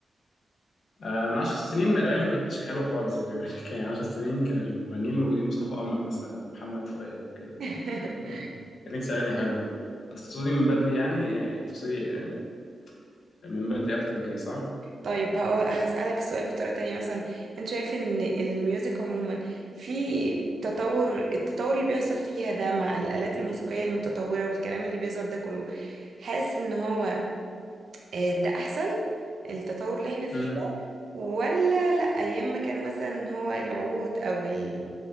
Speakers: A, on the left (about 65°); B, on the right (about 65°).
A: آه، من عشر سنين ما- الأغاني ما كانتش حلوة خالص أقول لك <laughs> يعني عشر سنين كان المغنيين الموجودين مصطفى قمر مثلا ومحمد فؤاد وكده
B: <laughs>
A: يعني 30 ثواني حلوة بس تقصدي من بدري يعني يعني تقصدي آه، من بدري أكتر من كده صح؟
B: طيب هقو- هسألك السؤال بطريقة تانية مثلا انت شايف ان الميوزك عموما في تطور التطور اللي بيحصل فيها ده مع الآلات الموسيقية المتطورة والكلام اللي بيظهر ده كله حاسس ان هو آه، ده احسن التطور اللي احنا فيه
A: امم
B: ده ولا لا ايام ما كان مثلا هو العود او ال...